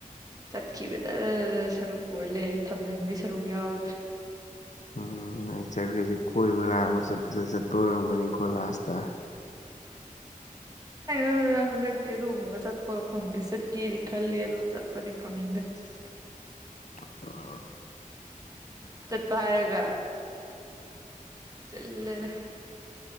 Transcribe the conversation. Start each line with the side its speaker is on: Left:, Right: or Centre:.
Right: ꯆꯠꯈꯤꯕꯗ ꯁꯔꯨꯛ ꯑꯣꯏ ꯂꯩꯔ‌ꯦ ꯊꯝꯖꯤꯟꯕꯒꯤ ꯁꯔꯨꯛ ꯌꯥꯎꯗꯔ‌ꯦ
Left: ꯎꯝ ꯅꯣꯏ ꯆꯠꯂꯤꯗꯨ ꯀꯣꯏꯕ ꯂꯥꯡꯕ ꯆꯠꯄꯗ ꯆꯠꯄ ꯑꯣꯏꯔꯝꯒꯅꯤꯀꯣ ꯂꯥꯁꯇ
Right: ꯀꯥꯏꯗ‌ꯩꯅ‌ꯣꯗ ꯍꯟꯗꯛꯇꯤ ꯑꯗꯨꯒꯨꯝꯕꯒ ꯆꯠꯄꯒ ꯐꯪꯗꯦ ꯆꯠꯀꯦꯗꯤ ꯈꯜꯂꯤ ꯑꯗꯨ ꯆꯠꯄꯗꯤ ꯐꯪꯗ꯭ꯔꯦ
Left: ꯑꯣ
Right: ꯆꯠꯄ ꯍꯥꯏꯔꯒ ꯆꯤꯟꯂꯦꯗ